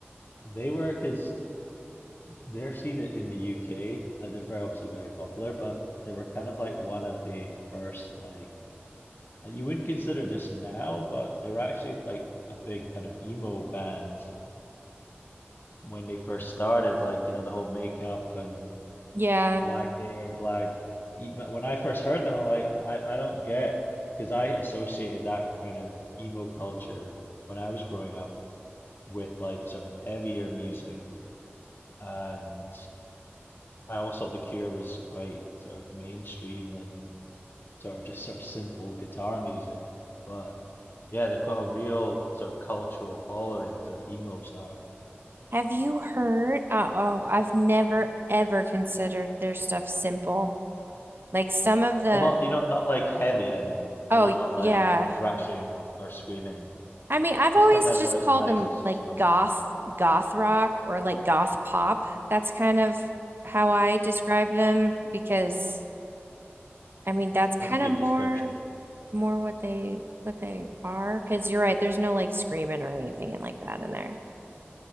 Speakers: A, on the left (about 55°); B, on the right (about 55°).
A: They were because they're seen it in the UK. Like they're very obviously very popular, but they were kind of like one of the first like like, you wouldn't consider this now, but they were actually like a big kind of emo band when they first started. Like you know the whole makeup and
B: Yeah.
A: black hair and black. e- But when I first heard them, I'm like, I, I don't get, because I associated that kind of emo culture when I was growing up with like sort of heavier music, and I always thought The Cure was quite sort of mainstream and sort of just sort of simple guitar music. But yeah, they've got a real sort of cultural following, sort of emo style.
B: Have you heard? Uh, oh, I've never ever considered their stuff simple. Like, some of the,
A: Well, not you know, not like heavy, I mean,
B: oh,
A: you know, not like
B: yeah.
A: thrashing or screaming.
B: I mean, I've
A: Just
B: always
A: kind of
B: just
A: like
B: called
A: nice
B: them like
A: song.
B: goth, goth rock or like goth pop. That's kind of how I describe them because I mean, that's kind
A: That's a good
B: of
A: description.
B: more more what they what they are because you're right, there's no like screaming or anything and like that in there.